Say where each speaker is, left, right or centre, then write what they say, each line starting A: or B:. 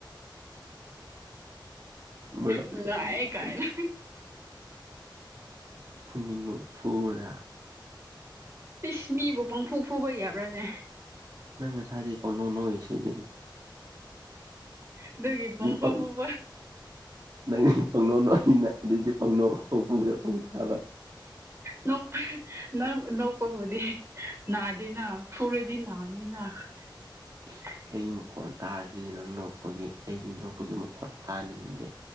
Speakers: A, on the right (about 50°); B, on the right (about 35°).
A: ꯃꯔꯣꯛ
B: ꯅꯨꯡꯉꯥꯏ
A: ꯑꯃ ꯊꯝꯒꯗꯕ
B: ꯀꯥꯏꯅ
A: ꯐꯨꯅꯤꯡꯉ ꯐꯨꯔ
B: ꯏꯁ ꯃꯤꯕꯨ ꯄꯪꯐꯨ ꯐꯨꯕ ꯌꯥꯕ꯭ꯔꯥꯅꯦ
A: ꯅꯪ ꯉꯁꯥꯥꯏꯗꯩ ꯄꯪꯅꯣꯛ ꯅꯣꯛꯏ ꯁꯤꯗꯤ
B: ꯑꯗꯨꯒꯤ ꯐꯪꯐꯨ
A: ꯄꯪ
B: ꯐꯨꯕ
A: ꯅꯪ ꯄꯪꯅꯣꯛ ꯅꯣꯛꯏꯅ ꯑꯗꯨꯗꯤ ꯄꯪꯅꫭꯛ ꯄꯪꯐꯨꯗ ꯐꯨ ꯇꯥꯕ
B: ꯅꯣꯛ ꯅꯣꯛꯄꯕꯨꯗꯤ ꯅꯥ ꯗꯤꯅ ꯐꯨꯔꯗꯤ ꯅꯥꯅꯤꯅ
A: ꯏꯁ
B: <unintelligible>
A: ꯑꯩ ꯃꯈꯣꯟ ꯇꯥꯔꯤꯁꯤꯗꯤ ꯅꯪ ꯅꯣꯛꯄꯒꯤ ꯑꯩꯗꯤ ꯅꯣꯛꯄꯒꯤ ꯃꯈꯣꯟ ꯇꯥꯅꯤꯡꯗꯦ